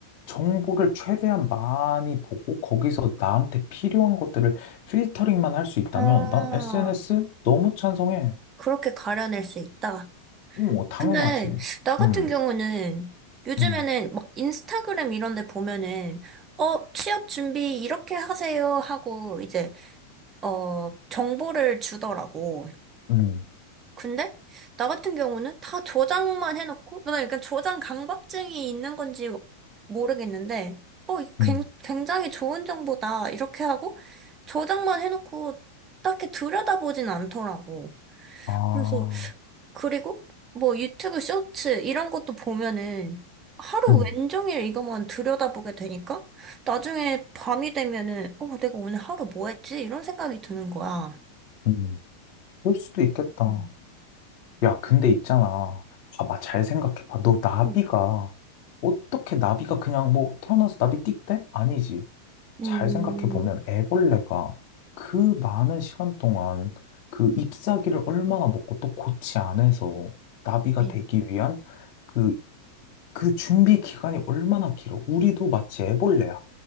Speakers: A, on the left; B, on the right.
A: 정보를 최대한 많이 보고 거기서 나한테 필요한 것들을 필터링만 할 수 있다면
B: 아,
A: 난 SNS 너무 찬성해.
B: 그렇게 가려낼 수 있다.
A: 어, 당연하지.
B: 근데 나 같은
A: 음,
B: 경우는 요즘에는
A: 음.
B: 막 인스타그램 이런 데 보면은 어, 취업 준비 이렇게 하세요 하고 이제 어, 정보를 주더라고.
A: 음.
B: 근데 나 같은 경우는 다 저장만 해놓고 나 약간 저장 강박증이 있는 건지 모르겠는데 어 이거 굉-
A: 음.
B: 굉장히 좋은 정보다 이렇게 하고 저장만 해놓고 딱히 들여다보진 않더라고.
A: 아,
B: 그래서 그리고 뭐 유튜브 쇼츠 이런 것도 보면은 하루
A: 음,
B: 왼종일 이것만 들여다보게 되니까 나중에 밤이 되면은 어 내가 오늘 하루 뭐 했지? 이런 생각이 드는 거야.
A: 음. 그럴 수도 있겠다.
B: 음.
A: 야, 근데 있잖아. 봐봐, 잘 생각해봐. 너 나비가,
B: 음.
A: 어떻게 나비가 그냥 뭐 태어나서 나비 띡대? 아니지.
B: 음.
A: 잘 생각해보면 애벌레가 그 많은 시간 동안 그 잎사귀를 얼마나 먹고 또 고치 안에서 나비가
B: 네.
A: 되기 위한 그 그 준비 기간이 얼마나 길어? 우리도 마치 애벌레야.